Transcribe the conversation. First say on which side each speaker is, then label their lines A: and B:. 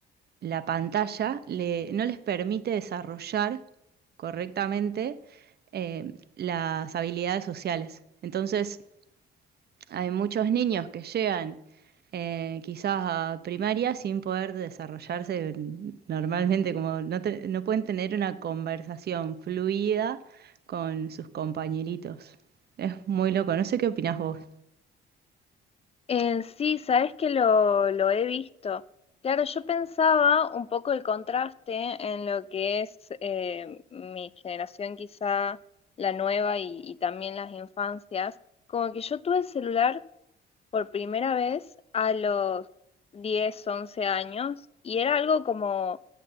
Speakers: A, on the right (about 55°); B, on the left (about 30°).
A: la pantalla le- no les permite desarrollar correctamente eh, las habilidades sociales. Entonces, hay muchos niños que llegan eh, quizás a primaria sin poder desarrollarse normalmente, como no, te- no pueden tener una conversación fluida con sus compañeritos. Es muy loco, no sé qué opinás vos.
B: Eh, sí, sabes que lo, lo he visto. Claro, yo pensaba un poco el contraste en lo que es eh, mi generación, quizá la nueva y, y también las infancias. Como que yo tuve el celular por primera vez a los 10 11 años y era algo como